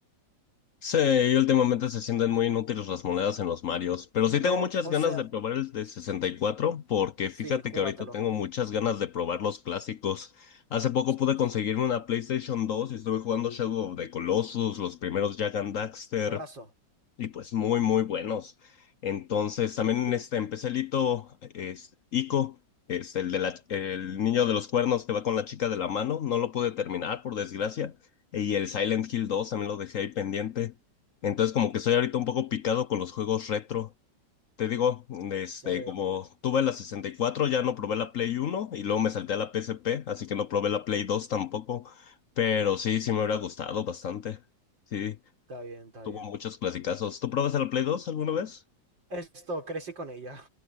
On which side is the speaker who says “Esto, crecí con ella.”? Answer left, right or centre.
Right